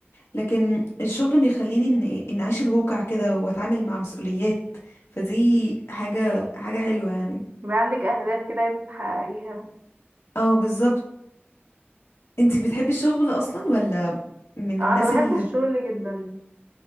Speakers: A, on the left (about 85°); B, on the right (about 40°).
A: لكن الشغل بيخليني ان ان اعيش الواقع كده واتعامل مع مسؤوليات فدي حاجة حاجة حلوة يعني
B: يبقى عندك أهداف كده عايزة تحققيها
A: اه بالظبط انتي بتحبي الشغل اصلا ولا من
B: آه،
A: الناس
B: أنا بحب
A: اللي
B: الشغل جدا